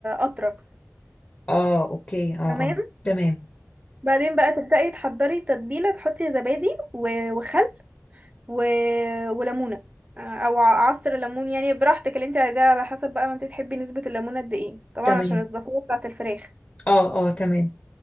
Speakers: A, on the right; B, on the left.
A: اطرى
B: اه اوكي اه
A: تمام
B: اه تمام
A: بعدين بقى تبدأي تحضري التتبيله تحطي زبادي و- وخل و... وليمونه آه، او ع- عصر ليمون يعني براحتك اللي انت عايزاه على حسب بقى ما انت تحبي نسبه الليمون قد ايه طبعا
B: تمام
A: عشان الزفاره بتاعه الفراخ
B: اه اه تمام